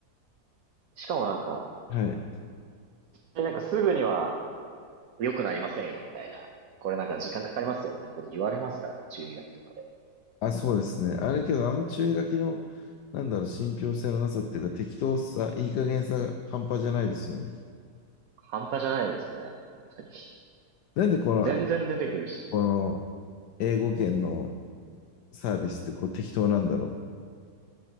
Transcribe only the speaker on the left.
はい。
あ、そうですね。あれけど、あの注意書きの、なんだろう、信憑性のなさっていうか、適当さ、いい加減さが半端じゃないですよね。
なんでこの、
この英語圏のサービスってこう適当なんだろ